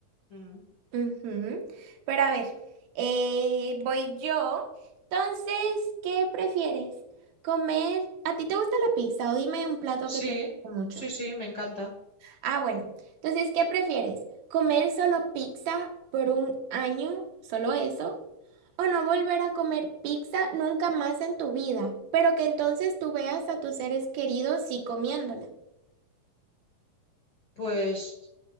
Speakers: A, on the left; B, on the right.
A: Mm.
B: Ujú. Pero a ver, eh, voy yo. Entonces, ¿qué prefieres? ¿Comer? ¿A ti te gusta la pizza o dime un plato que
A: Sí,
B: te guste mucho?
A: sí, sí, me encanta.
B: Ah, bueno. Entonces, ¿qué prefieres? ¿Comer solo pizza por un año, solo eso? ¿O no volver a comer pizza nunca más en tu vida? Pero que entonces tú veas a tus seres queridos sí comiéndola.
A: Pues